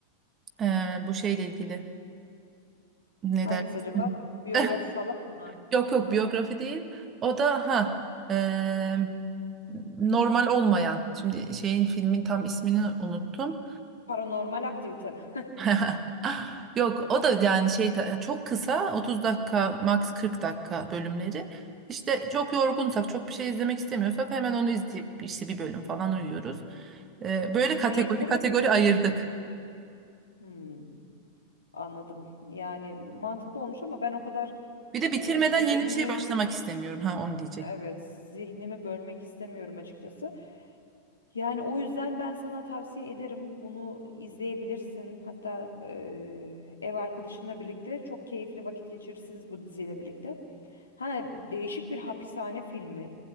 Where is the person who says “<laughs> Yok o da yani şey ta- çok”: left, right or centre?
Right